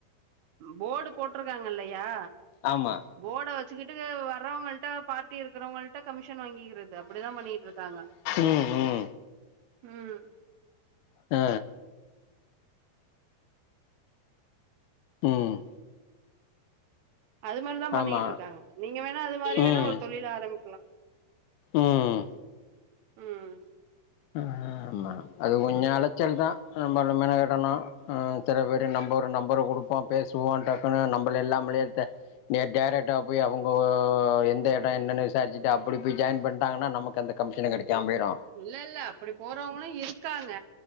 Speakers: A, on the right (about 75°); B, on the left (about 80°).
A: போர்டு போட்ருக்காங்க இல்லையா
B: ஆமா
A: போர்ட வச்சுகிட்டு வர்றவங்கள்ட பார்ட்டி இருக்குறவங்கள்ட கமிஷன் வாங்கிக்கிறது இத அப்டிதா பண்ணிக்கிட்ருக்காங்க
B: ம் ம்
A: ம்
B: அ ம்
A: அது மாறிதா பண்ணிகிட்ருக்காங்க
B: ஆமா
A: நீங்க வேணா அது மாரி
B: ம்
A: வேணா ஒரு தொழில் ஆரம்பி க்லா
B: ம்
A: ம்
B: ம் ஹும் மேம் அது கொஞ்சோ அழச்சல் தா நம்பள் மெனக்கிடணு அ சில பேரு நம்பரு நம்பரக் குடுக் இப்பா பேசுவோ டக்குன்னு நம்பள இல்லாமலே வித்த நீ டேரக்டா போயி அவுங்க எந்த எடோ என்னன்னு விசாரிச்சுட்டு அப்புடி போயி ஜாயின் பண்ணிட்டாங்கன்னா நமக்கு அந்த கமிஷ் எனக்கு கெடைக்காம போய்ரு
A: இல்ல இல்ல அப்டி போறவங்களு இருக்காங்க